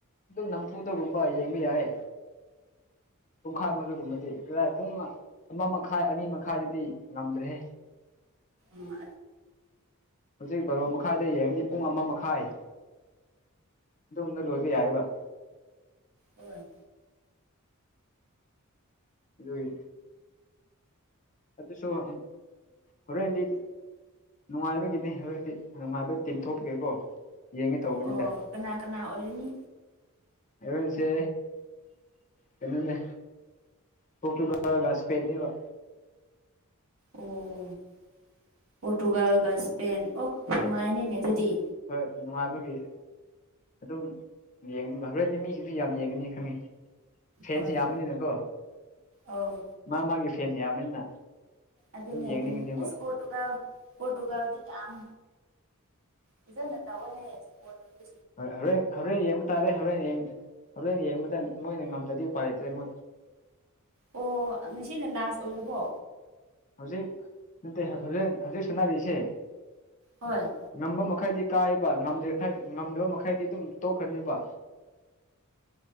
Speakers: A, on the left; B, on the right.
A: ꯑꯗꯨꯝ ꯅꯝꯐꯨꯗꯒꯨꯝꯕ ꯌꯦꯡꯕ ꯌꯥꯏ ꯄꯨꯡꯈꯥꯏꯃꯛꯇꯒꯨꯝꯕꯗꯤ ꯀꯗꯥꯥꯏ ꯄꯨꯡ ꯑꯃ ꯃꯈꯥꯏ ꯑꯅꯤ ꯃꯈꯥꯏꯗꯨꯗꯤ ꯉꯝꯗ꯭ꯔꯦꯍꯦ
B: ꯎꯝ
A: ꯍꯧꯖꯤꯛ ꯕꯔꯣ ꯃꯈꯥꯏꯗꯩ ꯌꯦꯡꯉꯗꯤ ꯄꯨꯡ ꯑꯃ ꯃꯈꯥꯏ ꯑꯗꯨꯒꯨꯝꯕꯗ ꯂꯣꯏꯕ ꯌꯥꯏꯌꯦꯕ
B: ꯍꯣꯏ
A: ꯑꯗꯨꯏ ꯑꯗꯨꯁꯨꯔꯣ ꯍꯣꯔꯦꯟꯗꯤ ꯅꯨꯡꯉꯥꯏꯕꯒꯤꯅꯦ ꯍꯣꯔꯦꯟꯗꯤ ꯅꯨꯡꯉꯥꯏꯕ ꯇꯤꯝ ꯊꯣꯛꯄꯒꯤꯀꯣ ꯌꯦꯡꯒꯦ ꯇꯧꯕꯅꯤꯗ
B: ꯑꯣ ꯀꯅꯥ ꯀꯅꯥ ꯑꯣꯏꯔꯅꯤ
A: ꯍꯧꯔꯦꯟꯁꯦ ꯀꯩꯅꯣꯅꯦ ꯄꯣꯔꯇꯨꯒꯜꯒ ꯁꯄꯦꯅꯤꯕ <unintelligible>
B: ꯑꯣ ꯄꯣꯔꯇꯨꯒꯜꯒ ꯁ꯭ꯄꯦꯟ ꯑꯣ ꯅꯨꯡꯉꯥꯏꯅꯤꯅꯦ ꯑꯗꯨꯗꯤ
A: ꯍꯣꯏ ꯅꯨꯡꯉꯥꯏꯕꯒꯤ ꯑꯗꯨꯝ ꯌꯦꯡꯉꯅꯤꯕ ꯍꯣꯔꯦꯟꯗꯤ ꯃꯤꯁꯤꯁꯨ ꯌꯥꯝ ꯌꯦꯡꯒꯅꯤ ꯈꯪꯉꯦ ꯐꯦꯟꯁ
B: ꯍꯣꯏ
A: ꯌꯥꯝꯕꯅꯤꯅꯀꯣ
B: ꯑꯧ
A: ꯃꯥ ꯃꯥꯒꯤ ꯐꯦꯟꯁ ꯌꯥꯝꯕꯅꯤꯅ
B: ꯑꯗꯨꯅꯦ
A: ꯑꯗꯨꯝ ꯌꯦꯡꯅꯤꯡꯒꯅꯤꯕ
B: ꯑꯗꯨꯅꯦ ꯏꯁ ꯄꯣꯔꯇꯨꯒꯜ ꯄꯣꯔꯇꯨꯒꯜꯗꯤ ꯌꯥꯝ ꯐꯖꯅ ꯇꯧꯋꯦꯍꯦ ꯁꯄꯣꯔꯠꯇꯤ
A: ꯍꯣꯏ ꯍꯣꯔꯦꯟ ꯍꯣꯔꯦꯟ ꯌꯦꯡꯕ ꯇꯥꯔꯦ ꯍꯣꯔꯦꯟ ꯌꯦꯡꯁꯦ ꯍꯣꯔꯦꯟ ꯌꯦꯡꯕꯗ ꯃꯣꯏꯅ ꯉꯝꯗꯔꯗꯤ ꯎꯄꯥꯏ ꯂꯩꯇ꯭ꯔꯦ ꯃꯣꯏ
B: ꯑꯣ ꯉꯁꯤꯅ ꯂꯥꯁ ꯑꯣꯏꯔꯕꯣ
A: ꯍꯧꯖꯤꯛ ꯅꯠꯇꯦ ꯍꯧꯖꯤꯛ ꯍꯧꯖꯤꯛ ꯁꯥꯟꯅꯔꯤꯁꯦ
B: ꯍꯣꯏ
A: ꯉꯝꯕ ꯃꯈꯩꯗꯤ ꯀꯥꯏꯕ ꯉꯝꯗ꯭ꯔꯤꯈꯩ ꯉꯝꯗꯕ ꯃꯈꯩꯗꯤ ꯑꯗꯨꯝ ꯇꯣꯛꯈ꯭ꯔꯅꯤꯕ